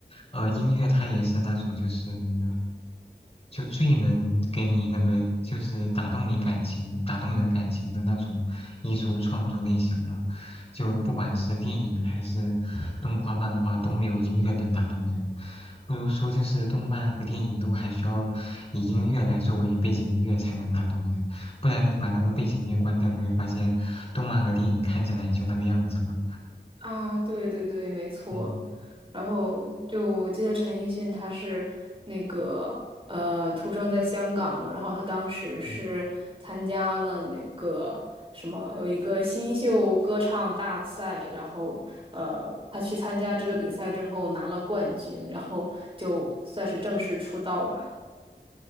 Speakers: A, on the left; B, on the right.
A: 呃，音乐它也是那种就是那个，就最能给你那个就是打动你感情、打动人感情的那种艺术创作类型了。就不管是电影还是动画、漫画，都没有音乐能打动人。不如说，就是动漫和电影都还需要以音乐来作为背景音乐才能打动人，不然你把那个背景音乐关掉，你会发现动漫和电影看起来也就那个样子了。
B: 啊，对对对，没错。
A: 嗯
B: 然后就我记得陈奕迅他是那个呃出生在香港嘛，然后他当时是参加了那个什么有一个新秀歌唱大赛，
A: 嗯，
B: 然后呃他去参加这个比赛之后拿了冠军，然后就算是正式出道吧。